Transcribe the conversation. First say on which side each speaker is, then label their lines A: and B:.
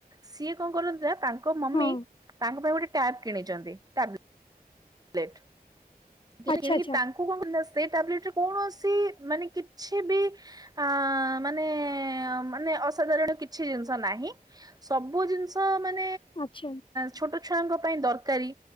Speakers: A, on the right; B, on the left.
A: ସିଏ କଣ କରନ୍ତି ନା ତା ଙ୍କ ମମି
B: ହଁ।
A: ତାଙ୍କ ପାଇଁ ଗୋଟେ ଟ୍ୟାବ କିଣିଛନ୍ତି ଟ୍ୟାବ ଲେଟ୍ ଦେଲେ
B: ଆଚ୍ଛା
A: କିଣିକି
B: ଆଚ୍ଛା
A: ତାଙ୍କୁ କଣ କରି ନା ସେ ସେ ଟାବଲେଟ ରେ କୌଣସି ମାନେ କିଛି ବି ଆଁ ମାନେ ମାନେ ଅସାଧାରଣ କିଛି ଜିନିଷ ନାହିଁ ସବୁ ଜିନିଷ ମାନେ
B: ଆଚ୍ଛା।
A: ଛୋଟ ଛୁଆଙ୍କ ପାଇଁ ଦରକାରି